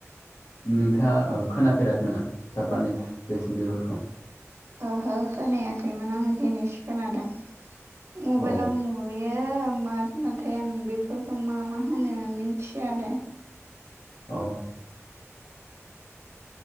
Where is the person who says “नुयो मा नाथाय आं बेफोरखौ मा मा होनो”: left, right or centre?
Right